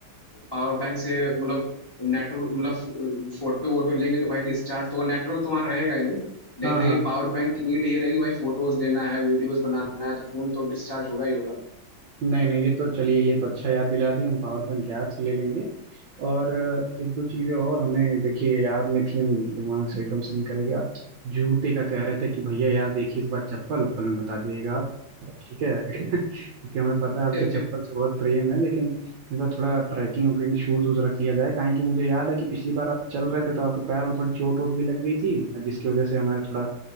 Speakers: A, on the left (about 20°); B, on the right (about 75°).
A: पावर बैंक से मतलब नेटवर्क मतलब फोटो वोटो लेंगे तो भाई डिस्चार्ज तो नेटवर्क तो वहाँ रहेगा ही नहीं लेकिन
B: हाँ
A: तो
B: हाँ
A: ये पावर बैंक की नीड ये रहेगी भाई फोटोज लेना है वीडियोज बनाना है तो फोन तो डिस्चार्ज होगा ही होगा
B: नहीं नहीं ये तो चलिए ये तो अच्छा याद दिला दी हम पावर बैंक याद से ले लेंगे और अ, एक दो चीज़ें और हमें देखिए याद में थी हम दिमाग से एकदम से निकल गया जूते का कह रहे थे कि भैया यार देखिए इस बार चप्पल उप्पल में बता जाइएगा आप ठीक है <laughs> क्योंकि हमें पता है आपको
A: <laughs>
B: चप्पल से बहुत प्रेम है लेकिन इस बार थोड़ा ट्रैकिंग वैकिंग शूज वूज रख लिया जाए काहे कि मुझे याद है कि पिछली बार आप चल रहे थे तो आपके पैर में थोड़ी चोट वोट भी लग गई थी जिसकी वजह से हमारे थोड़ा